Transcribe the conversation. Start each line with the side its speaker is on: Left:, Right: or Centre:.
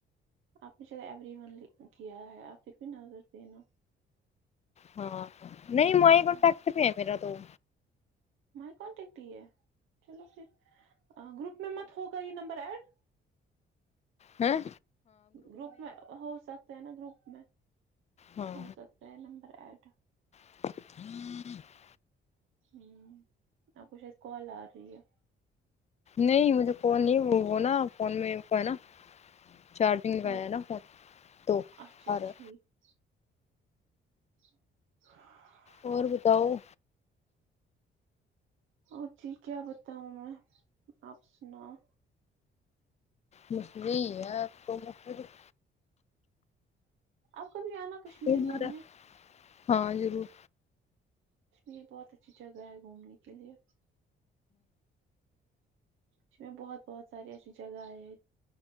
Right: آپ نے شاید ایوری ون کیا ہے آپ پھر بھی نظر دینا
Left: ہاں نہیں
Right: ایک
Left: مائکونٹک
Right: دو بار
Left: ہی ہے میرا تو
Right: مائی کانٹیکٹ ہی ہے چلو پھر گروپ میں مت ہوگا یہ نمبر ایڈ
Left: ہاں
Right: گروپ میں ہو سکتا ہے نا گروپ میں
Left: ہاں
Right: ہو سکتا ہے نمبر ایڈ
Left: ہوں <unintelligible>
Right: ہوں آپ کوشاید کال آر رہی ہے
Left: نہیں مجھے فون نہیں وہ وہ نا فون میں ہے نا چارجنگ لگایا
Right: نوٹ
Left: ہے نا فون تو
Right: اچھا
Left: آرا
Right: ٹھیک <unintelligible>
Left: اور بتاؤ
Right: اور جی کیا بتاؤں میں آپ سناو
Left: مسھ ہی ہے تو م <unintelligible> <unintelligible> <unintelligible>
Right: آپ کبھی آنا کشمیر
Left: ان
Right: گھومنے
Left: نادے، ہاں ضرور
Right: کشمیر بہت اچھی جگہ ہے گھومنے کے لیے جی بہت بہت ساری ایسی جگہ ہے